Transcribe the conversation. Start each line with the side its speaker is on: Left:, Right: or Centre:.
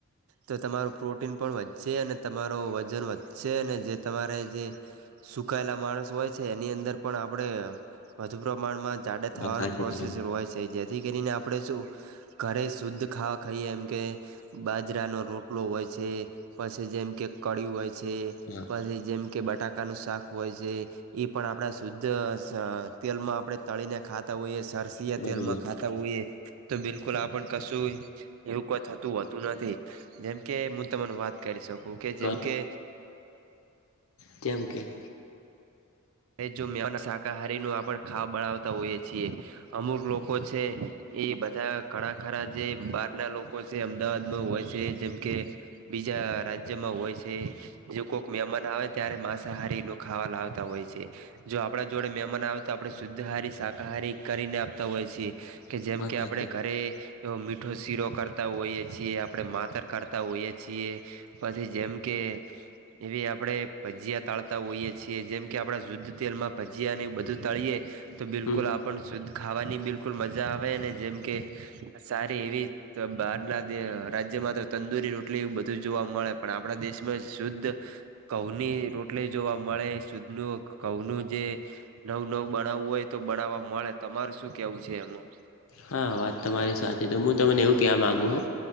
Right: તો તમારોું પ્રોટીન પણ વધશે અને તમારોું વજન વધશે અને જે તમારે જે. સુકાયેલા માણસ હોય છે એની અંદર પણ આપણે. વધુ પ્રમાણમાં જાડ થવાનું
Left: વાત સાચી
Right: પ્રોસેસ
Left: તમારી
Right: હોય છે જેથી કરીને આપણે શું. ઘરે શુદ્ધ ખાવા ખાઈએ એમ કે. બાજરાનો રોટલો હોય છે, પછી જેમ કે કળી હોય છે.
Left: હ. <unintelligible>
Right: પછી જેમ કે બટાકાનું શાક હોય છે, એ પણ આપણા શુદ્ધ તેલ માં આપણે તળી ને ખાતા હોઈએ સરસીયા
Left: બરોબર
Right: તેલમાં ખા થવું એ તો બિલકુલ આપણ કશું એવું કોઈ થતું હોતું નથી. જેમ કે હું તમાર વાત કરી શકું કે જેમ
Left: કહો
Right: કે
Left: તેમ કે.
Right: જો મે ના શાકાહારી નું આપ ખાવા બનાવતા હોઈએ છીએ, અમુક લોકો છે. એ બધા ઘણા ખરા જે બહાર ના લોકો છે અમદાવાદમાં હોય છે જેમ કે બીજા રાજ્યમાં હોય છે. જો કોઈક મહેમાન આવે ત્યારે માંસાહારી નું ખાવા લાવતા હોય છે. જો આપડા જોડે મહેમાન આવે તો આપણે શુદ્ધહારી શાકાહારી કરીને આપતા હોય છીએ. કે જેમ
Left: વાત
Right: કે
Left: સાચી
Right: આપણે ઘરે એવો મીઠો શીરો કરતા હોઈએ છીએ આપણે માતર કરતા હોઈએ છીએ. પછી જેમ કે એવી આપડે પજીયા તાળતા હોઈએ છીએ, જેમ કે આપણે શુદ્ધ તેલમાં ભજીયા અને એ બધું તળીએ, તો બિલકુલ
Left: હમ
Right: આપ પણ શુદ્ધ ખાવાની બિલકુલ મજા આવે અને જેમકે, આ સારી એવી તો બહારના રાજ્યમાં તો તંદુરી રોટલી બધું જોવા મળે પણ આપણા દેશમાં શુદ્ધ ઘઉની રોટલી જોવા મળે સુદ ન ઘઉનું જે નવ નવ બનાવવું હોય તો બનાવવા મળે તમાર શું કેવું છે એમાં.
Left: હા વાત તમારી સાથે તો હું તમને એવું ક્યા માગુ છ,